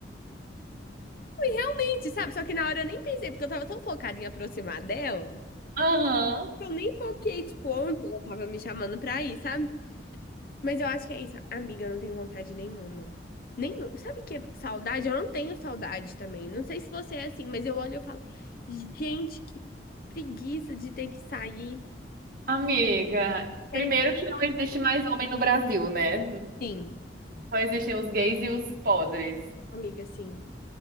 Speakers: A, on the left; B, on the right.
A: E realmente, sabe? Só que na hora eu nem pensei, porque eu tava tão focada em aproximar dela,
B: Aham,
A: que eu nem foquei, tipo, onde ela tava me chamando pra ir, sabe? Mas eu acho que é isso. Amiga, eu não tenho vontade nenhuma. Nenhum. Sabe que é saudade? Eu não tenho saudade também. Não sei se você é assim, mas eu olho e eu falo, gente, que preguiça de ter que sair.
B: amiga.
A: Sei
B: Primeiro
A: lá.
B: que não existe mais homem no Brasil, né?
A: Sim,
B: Só existem os gays e os podres.
A: amiga, sim,